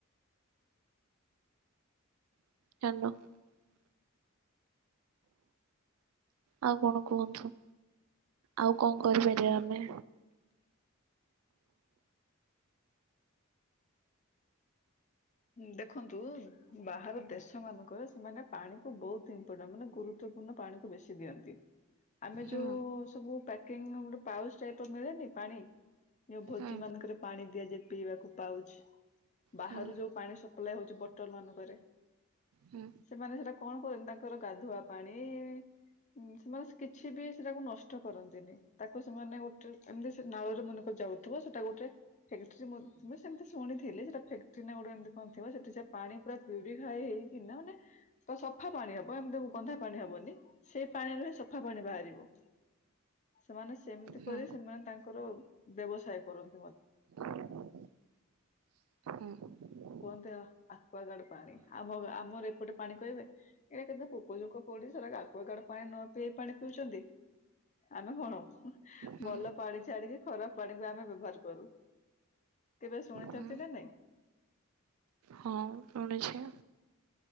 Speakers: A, on the right; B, on the left.
A: <unintelligible> ଆଉ କଣ କୁହନ୍ତୁ ଆଉ କଣ କରିପାରିବା ଆମେ।
B: ଦେଖନ୍ତୁ ବାହାର ଦେଶ ମାନଙ୍କରେ ସେମାନେ ପାଣି କୁ ବହୁତ ଇମ୍ପୋର୍ଟାଣ୍ଟ ମାନେ ଗୁରୁତ୍ୱପୂର୍ଣ୍ଣ ପାଣିକୁ ବେଶୀ ଦିଅନ୍ତି। ଆମେ
A: ହୁଁ
B: ଯୋଉ ସବୁ ପା <unintelligible> ପାଉଚ୍‌ ଟାଇପ୍ ର ମିଳେନି ପାଣି ଯୋଉ ଭୋଜି
A: ହୁଁ
B: ମାନଙ୍କରେ ପାଣି ଦିଆଯାଏ ପିଇବାକୁ ପାଉଚ୍ ବାହାରୁ
A: ହୁଁ
B: ଯୋଉ ସପ୍ଲାଏ ହଉଛି ବଟଲ ମାନଙ୍କରେ
A: ହୁଁ
B: ସେମାନେ ସେଟା କଣ କରନ୍ତି ତାଙ୍କର ଗାଧୁଆ ପାଣି ହୁଁ। ହୁଁ ସେମାନେ ସେ କିଛି ବି ସେଟାକୁ ନଷ୍ ଷ୍ଟ କରନ୍ତିନି ତାକୁ ସେମାନେ ଗୋଟେ ଏମିତି ସେ ନାଳରେ ମନେକର ଯାଉଥିବ ସେଟା ଗୋଟେ ଯେ ମୁଁ ମୁଁ ସେମିତି ଶୁଣିଥିଲି ସେଟା ଫେକ୍ <unintelligible> ହଁ ଥିବ ସେଠି ସେ ପାଣି ପୁରା ପ୍ୟୁରିଫାଇ ହେଇକି ନା ମାନେ ପ ସଫା ପାଣି ହବ ଏମିତି ଗନ୍ଧା ପାଣି ହବନି ସେଇ ପାଣିରୁ ହି ସଫା ପାଣି ବାହାରିବ। ସେମାନେ ସେମିତି କରି
A: ହୁଁ
B: ସେମାନେ ତାଙ୍କର ବ୍ୟବସାୟ କରନ୍ତୁ।
A: ହୁଁ।
B: ତ୍ୟ ଆକ୍ୱାଗାର୍ଡ଼ ପାଣି ଆମ ଆମର ଏପଟେ ପାଣି କହିବେ ଏଇଟାତ ପୋକୋଯୋକ। ପୋଡ଼ିଶର ଆକ୍ବାଗାର୍ଡ଼ ପାଣି ନ ପିଇ ପାଣି ପିଉଛନ୍ତି। ଆମେ କଣ?
A: ହୁଁ
B: ଭଲ ପାଣି ଛାଡ଼ିକି ଖରାପ ପାଣିକୁ ଆମେ ବ୍ୟବହାର କରୁ କେବେ ଶୁଣିଛନ୍ତି
A: ହୁଁ
B: ନା ନାଇଁ?
A: ହଁ ଶୁଣିଛି।